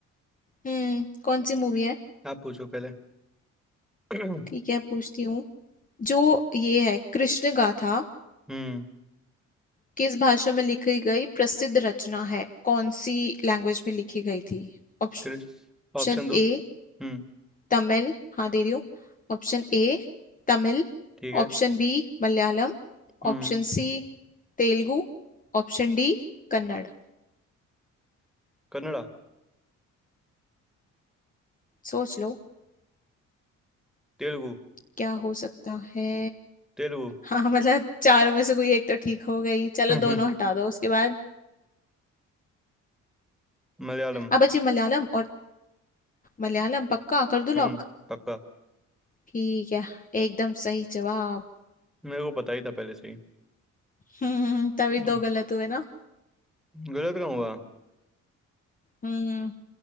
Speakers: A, on the left; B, in the centre.
A: हम्म कौन सी मूवी है
B: आप पूछो पहले <clears throat>
A: ठीक है पूछती हूँ जो ये है कृष्ण गाथा
B: हम्म
A: किस भाषा में लिखी गई प्रसिद्ध रचना है कौन सी लैंग्वेज में लिखी गई थी ऑप्शन
B: क्रिस ऑप्शन दो
A: ए
B: हम्म
A: तमिल हाँ दे रही हूँ Option A Tamil
B: ठीक है
A: option B Malayalam
B: हम्म
A: option C Telugu option D Kannada
B: कन्नड़ा
A: सोच लो
B: तेलुगु
A: क्या हो सकता है
B: तेलुगु
A: हाँ मतलब चारों में से कोई एक तो ठीक हो गई चलो
B: हम्म
A: दोनों
B: हम्म,
A: हटा दो उसके बाद
B: मलयालम
A: अब बची मलयालम और मलयालम पक्का कर दो
B: हम्म
A: लॉक
B: पक्का
A: ठीक है एकदम सही जवाब
B: मेरे को पता ही था पहले से ही
A: हम्म तभी
B: हम्म,
A: दो गलत हुए ना
B: गलत कहाँ हुआ
A: हम्म